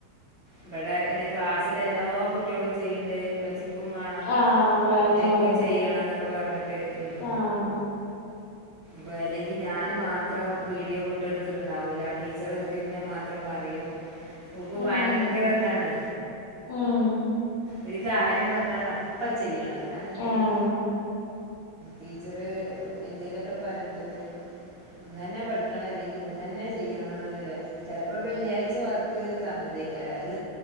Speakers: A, on the right; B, on the left.
A: ഇവിടെ പിന്നെ ക്ലാസ്സിൽ എല്ലാ കുട്ടികളും ചെയ്യണ്ട് ഉമ്മച്ചി ക്കും വേണം
B: ആഹ് വേണംന്ന്
A: എക്കും
B: പറഞ്ഞു
A: ചെയ്യണം ന്നൊക്കെ പറഞ്ഞിട്ട് ഉം.
B: ആഹ്
A: പ്പൊ അല്ലെങ്കി ഞാന് മാത്രം വീഡിയോ വിട്ടെടുത്തിട്ടുണ്ടാവൂല ടീച്ചർ എന്നിട്ട് ഇന്ന മാത്രം പറയും. ഓൾക്
B: ഉം
A: ബയ
B: ഉം
A: ഇതാണ്
B: ഉം
A: ഒരു കാര്യം പറഞ്ഞ അത് അപ്പ ചെയ്യണം അല്ല. ഇതാന്നുണ്ടെങ്കി
B: ആഹ്
A: ടീച്ചറ് എന്തേലൊക്കെടെ പറയുമ്പോത്തിന്. ഇന്നന്നെ പഠിക്കണം അല്ലെങ്കി ഇന്നന്നെ ചെയ്യണം ന്ന്ള്ള വിച ചെലപ്പ വെള്ളിയാഴ്ച വർക്ക് തന്നതേ യ്‌ക്കാരം അത്